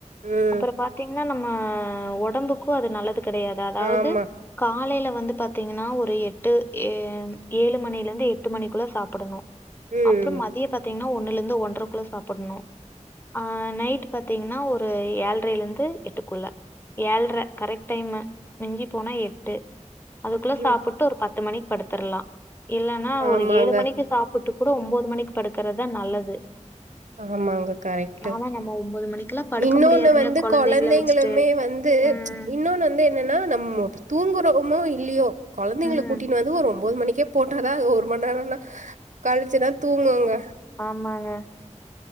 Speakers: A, on the right (about 80°); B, on the left (about 15°).
A: ம்.
B: அப்பற பா த்தீங்கன்னா நம்ம ஒடம்புக்கூ அது நல்லது கெடையாது அதாவுது
A: ஆமா.
B: காலைல வந்து பாத்தீங்கன்னா ஒரு எட்டு ஏ ஏழு மணிலெந்து எட்டு மணிக்குள்ள சாப்புடணு
A: ம்.
B: அப்றோ மதிய பாத்தீங்ன்னா ஒண்ணுலந்து ஒன்றகுள்ள சாப்புட்ணு ஆ நைட் பாத்தீங்கன்னா ஒரு ஏழ்ரைலெந்து எட்டுக்குள்ள ஏல்ர கரெக்ட் டைமு மிஞ்சி போனா எட்டு அதுக்குள்ள
A: ம்.
B: சாப்புட்டு ஒரு பத்து மணிக் இல்லன்னா
A: ஆமாங்க,
B: ஒரு ஏழுமணிக்கு சாப் புட்டு கூட ஒம்போது மணிக்கு படுக்கறதா நல்லது
A: ஆம்மாங்க கரெக்ட்
B: ஆனா நம்ம ஒம்போது மணிக்குலா படுக்க
A: இன்னொன்னு
B: முடியாதுங்க
A: வந்து
B: கொழந்தைகள
A: கொழந்தைங்களுமே
B: வச்சுட்டு
A: வந்து
B: ம்
A: இன்னொன்னு வந்து என்னன்னா நம்ம தூங்குறமோ இல்லியோ கொழந்தைகள
B: ம்
A: கூட்டின் வந்து ஒரு ஒம்போது மணிக்கே போட்டாதா அது ஒரு மண்நேரன்னா கழிச்சுன்னா தூங்குங்க
B: ஆம்மாங்க